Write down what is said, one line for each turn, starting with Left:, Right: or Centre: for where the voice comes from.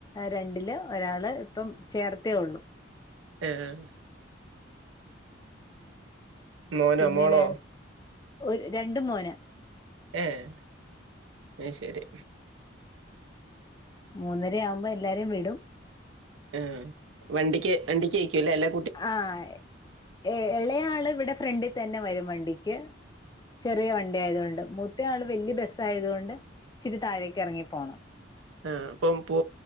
Left: രണ്ടില് ഒരാള് ഇപ്പം ചേർത്തേ ഉള്ളു
Right: ആഹ് മോനോ
Left: പിന്നെ
Right: മോളോ
Left: വേറെ ഒരു രണ്ട മോന്
Right: ആഹ് അയ് ശരി
Left: മൂന്നര ആവുമ്പോ എല്ലാരും വിടും
Right: ആഹ് വണ്ടിക്ക് വണ്ടിക്ക്യക്കൂല്ലേ എല്ലാ
Left: ആഹ് ഏ ഇളയയാള് ഇവിടെ ഫ്രണ്ടിൽ തന്നെ വരും വണ്ടിക്ക് ചെറിയ വണ്ടി ആയതുകൊണ്ട് മൂത്ത ആള് വലിയ ബസ്സ ആയതുകൊണ്ട് ഇച്ചിരി താഴേക്ക് ഇറങ്ങിപ്പോണം
Right: ആഹ് അപ്പം പോ